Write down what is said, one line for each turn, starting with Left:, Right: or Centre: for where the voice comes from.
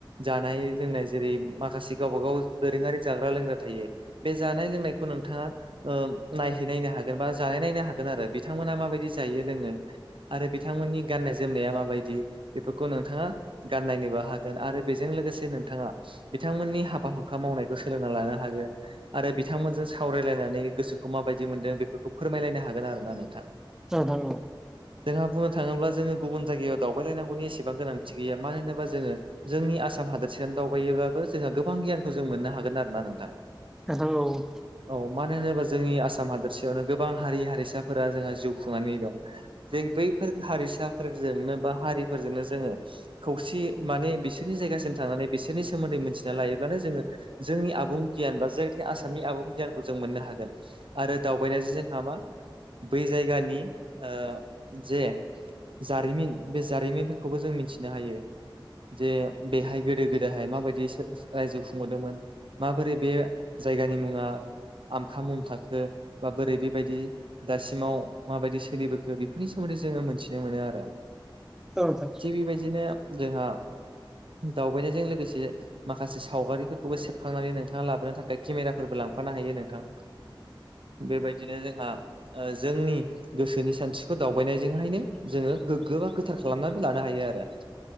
Right: जानाय लोंनाय जेरै माखासे गावबा गाव दोरोङारि जाग्रा लोंग्रा थायो बे जानाय लोंनायखौ नोंथाङा ओ नायहै नायनो हागोन बा जानाय नायनो हागोन आरो बिथांमोना माबायदि जायो लोङो आरो बिथांमोननि गाननाय जोमनाया माबायदि बेफोरखौ नोंथाङा गाननायनोबो हागोन आरो बेजों लोगोसे नोंथाङा बिथांमोननि हाबा हुखा मावनायखौ सोलोंना लानो हागोन आरो बिथांमोनजों सावरायलायनानै गोसोखौ माबायदि मोन्दों बेफोरखौ फोरमायलायनो हागोन आरो ना नोंथां
Centre: <unintelligible>
Right: जोंहा बुंनो थाङोब्ला जोङो गुबुन जायगायाव दावबायलायनांगौनि एसेबां गोनांथि गैया मानो होनोबा जोङो जोंनि आसाम हादोरसायाव दावबायोब्लाबो जोंहा गोबां गियानखौ जों मोननो हागोन आरो ना नोंथां
Centre: औ
Right: औ मानो होनोबा जोंनि आसाम हादोरसेयावनो गोबां हारि हारिसाफोरा जोंहा जिउ खुंनानै दं जों बैफोर हारिसाफोरजोंनो बा हारि फोरजोंनो जोङो खौसे माने बिसोरनि जायगासिम थांनानै बिसोरनि मोनथिना लायोब्लानो जोङो जोंनि आबुं गियान बा जायखि आसामनि आबुं गियानखौ जों मोननो हागोन। आरो दावबायनायजों जोंहा मा बै जायगानि ओ जे जारिमिन बे जारिमिनफोरखौबो जों मिथिनो हायो जे बेहाय गोदो गोदा आय माबायदि रायजो खुंबोदोंमोन माबोरै बे जायगानि मुङा आमखा मुम थाखो बा बोरै बेबायदि दासिमाव माबायदि सोलिबोखो बेफोरनि सोमोन्दै जोङो मोनथिनो मोनो आरो।
Centre: <unintelligible>
Right: थिग बेबायदिनो जोंहा दावबायनायजों लोगोसे ए माखासे सावगारिफोरखौबो सेबखांनानै नोंथाङा लाबोनो थाखाय केमेराफोरबो लांफानो हायो नोंथां। <inaudible> बेबायदिनो जोंहा ओ जोंनि गोसोनि सानस्रिखौ दावबायनायजोंहायनो जोङो गोग्गो बा गोथार खालामनानैबो लानो हायो आरो